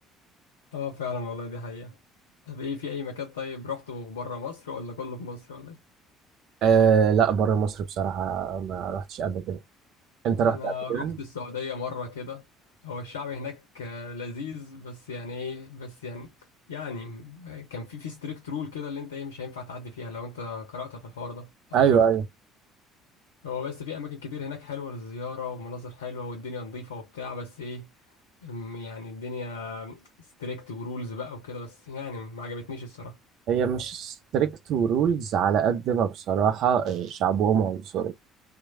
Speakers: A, on the left; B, on the right.
A: اه فعلا والله دي حقيقه طب ايه في اي مكان طيب رحته بره مصر ولا كله في مصر ولا ايه
B: آه لا بره مصر بصراحة ما رحتش قبل كده انت
A: انا
B: رحت قبل كده
A: رحت السعوديه مره كده هو الشعب هناك آه، لذيذ بس يعني ايه بس يعني يعني آه، كان في في ستريكت رول كده اللي انت ايه مش هينفع تعدي فيها لو انت قرأت في الحوار ده او
B: ايوه
A: شفت
B: ايوه
A: هو بس في اماكن كتير هناك حلوه للزياره ومناظر حلوه والدنيا نظيفه وبتاع بس ايه أم، يعني الدنيا ستريكت ورولز بقى وكده بس يعني ما عجبتنيش الصراحه
B: هي مش ستريكت ورولز على قد ما بصراحة آه، شعبهم عنصري